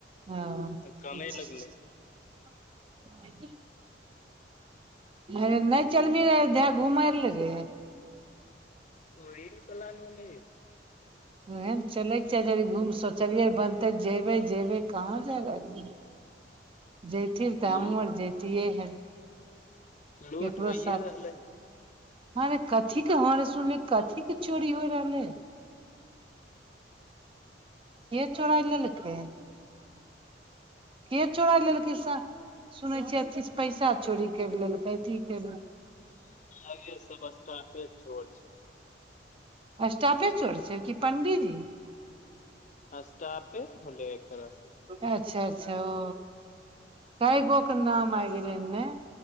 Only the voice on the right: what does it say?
ओ
<inaudible> अे नहि चलबही रहे घुम ले रे <unintelligible>
ओएहे न चलैक चाह घुम शोचलियै र बनतै जेबे जेबे कहाँ जाय <unintelligible> <unintelligible> तऽ हमहूँ
आर जतिये हें केकरो
साथ
हे रे कथी के हरे सुन कथी के चोरी होय रहलै है के चोराय
लेलकै के चोराय लेलकै स सुनै छियै किछ पैसा चोरी करि लेलकै की कर
स्टापे चोर छै की पंडीजी
अच्छा अच्छा ओ कइगो के नाम आए गेलै हन ने